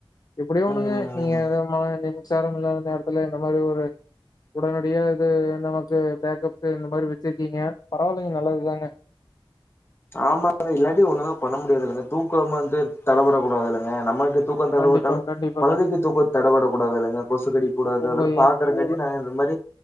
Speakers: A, on the left (about 45°); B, on the left (about 25°).
A: எப்டியு ஒண்ணுங்க
B: ம்.
A: நீங்க எதா மா மிச்சாரம் இல்லாத நேரத்துல இந்த மாரி ஒரு உடனடியா இது நமக்கு பேக்கப் இந்த மாரி வெச்சிருக்கீங்க பரவாயில்லைங்க நல்லதுதாங்க
B: <inaudible> ஆமா இல்லாட்டி ஒண்ணுமே பண்ண முடியாது இல்லங்க தூக்கோம் வந்து தடப்படக் கூடாது இல்லங்க நம்மக்கு தூக்கோ தடப்பட்டாலு
A: கண்டிப்பாங்க கண்டிப்பாங்க
B: கொழந்தைக்கு தூக்கோ தட தடப்படக்கடாது இல்லங்க கொசு கடிக்க கூடாது
A: உங்க
B: அதெல்ல பாக்குறங்காட்டி
A: எ உங்க
B: நாங்க இந்த மாரி